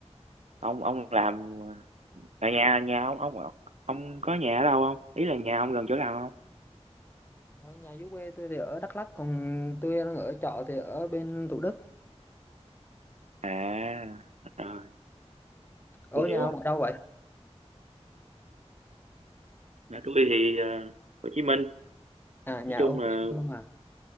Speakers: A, on the right; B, on the left.
A: ông ông làm ở nhà nhà ông ông ông có nhà ở đâu không? Ý là nhà ông gần chỗ nào không?
B: Ở nhà dưới quê tôi thì ở Đắk Lắk còn tôi đang ở trọ thì ở bên Thủ Đức
A: À rồi,
B: ở
A: tôi hiểu
B: nhà ông
A: rồi.
B: ở đâu vậy
A: Nhà tôi thì ờ, Hồ Chí Minh,
B: à nhà
A: nói chung
B: ở Hồ
A: là
B: Chí Minh không à